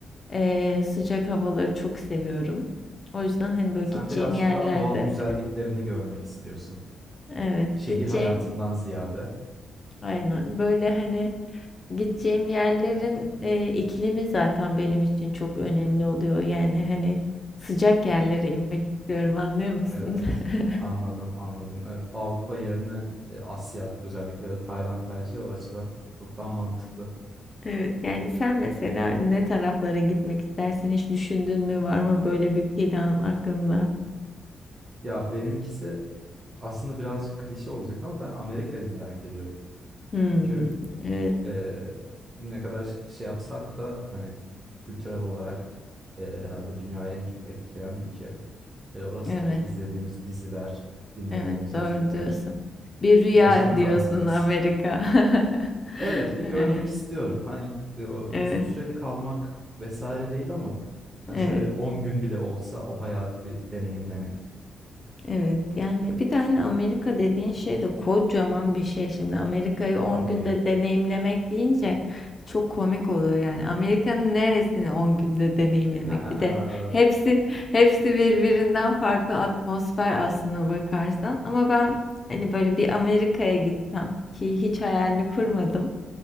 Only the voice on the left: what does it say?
Eee, sıcak havaları çok seviyorum. O yüzden hani böyle
gideceğim
yerlerde
evet
gideceğim
aynen böyle hani gideceğim yerlerin eee, iklimi zaten benim için çok önemli oluyor. Yani hani sıcak yerlere inmek istiyorum anlıyor musun?
<laughs>
Evet yani sen mesela ne taraflara gitmek istersin hiç düşündün mü var mı böyle bir plan aklında?
Hmm,
evet
evet
Evet, doğru
diyorsun. Bir rüya
diyorsun Amerika. <laughs>
Evet,
evet,
evet.
evet. Yani bir de hani Amerika dediğin şey de kocaman bir şey şimdi. Amerika'yı on
günde deneyimlemek deyince çok komik oluyor yani. Amerika'nın neresini 10 günde deneyimlemek?
Bir de hepsi hepsi birbirinden farklı atmosfer aslına bakarsan. Ama ben hani böyle bir Amerika'ya gitsem ki hiç hayalini kurmadım.